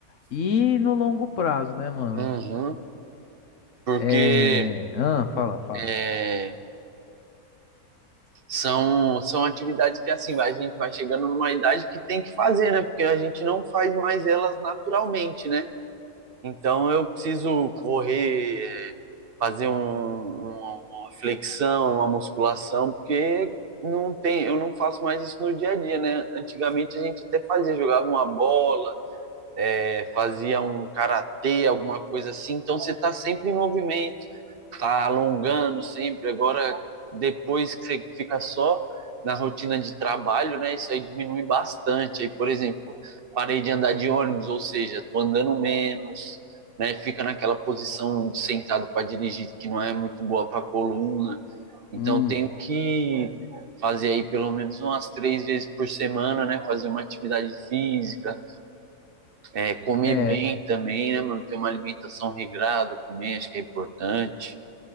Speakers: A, on the left (about 60°); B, on the right (about 45°).
A: e no longo prazo, né, mano?
B: uhum, porque
A: É, ah, fala, fala.
B: é, são, são atividades que assim vai- a gente vai chegando numa idade que tem que fazer, né? Porque a gente não faz mais elas naturalmente, né? Então eu preciso correr, é, fazer um- uma, uma flexão, uma musculação, porque não tem, eu não faço mais isso no dia a dia, né? Antigamente a gente até fazia, jogava uma bola, é, fazia um karatê, alguma coisa assim. Então você está sempre em movimento, está alongando sempre. Agora, depois que você fica só na rotina de trabalho, né, isso aí diminui bastante. Aí, por exemplo, parei de andar de ônibus, ou seja, estou andando menos, né, fica naquela posição de sentado para dirigir que não é muito boa para a coluna. Então
A: Hum.
B: tenho que fazer aí pelo menos umas três vezes por semana, né, fazer uma atividade física, é, comer
A: é.
B: bem também, né, mano? Ter uma alimentação regrada também, acho que é importante.